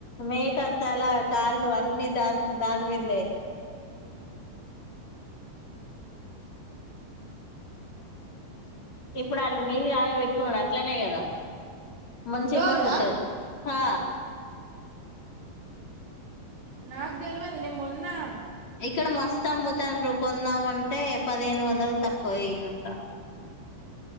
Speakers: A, on the left; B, on the right.
A: మేక తల కాళ్ళు అన్ని దాని దాని మిందే ఇప్పుడు ఆళ్ళు నీళ్ళు కాగా పెట్టుకునుడు అట్లనే గదా మంచి
B: రోజా
A: అమౌంట్ వత్తయి. హ
B: నాకు తెల్వది నేను మొన్నా
A: ఇక్కడ మస్తు అమ్ముతండ్రు కొందామన్ టే పదిహేను వందలు తక్కువ ఈయ్యరంట.